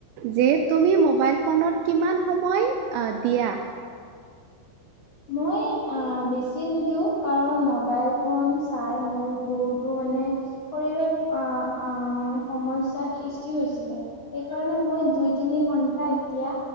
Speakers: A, on the right; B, on the left.
A: যে তুমি ম'বাইল ফোনত কিমান সময় অ' দিয়া?
B: মই বেছি নিদিওঁ, কাৰণ ম'বাইল ফোন চাই মোৰ বহুতো মানে মানে শৰীৰত অ'-অ' মানে সমস্যাৰ সৃষ্টি হৈছিলে, সেইকাৰণে মই দুই তিনি ঘন্টা এতিয়া